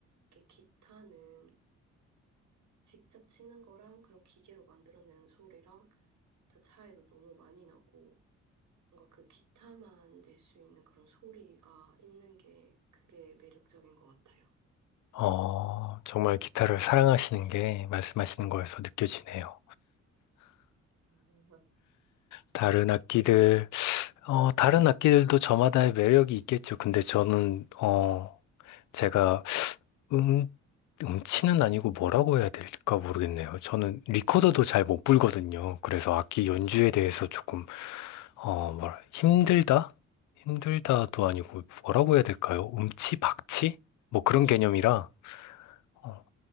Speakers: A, on the right (about 70°); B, on the left (about 75°).
A: 이렇게 기타는 직접 치는 거랑 그런 기계로 만들어내는 소리랑 다 차이도 너무 많이 나고 뭔가 그 기타만 낼 수 있는 그런 소리가 있는 게 그게 매력적인 것 같아요.
B: 어, 정말 기타를 사랑하시는 게 말씀하시는 거에서 느껴지네요.
A: 음.
B: 다른 악기들, 어, 다른 악기들도 저마다의 매력이 있겠죠. 근데 저는, 어, 제가 음, 음치는 아니고 뭐라고 해야 될까 모르겠네요. 저는 리코더도 잘 못 불거든요. 그래서 악기 연주에 대해서 조금, 어, 뭐라, 힘들다? 힘들다도 아니고 뭐라고 해야 될까요? 음치, 박치? 뭐 그런 개념이라, 어,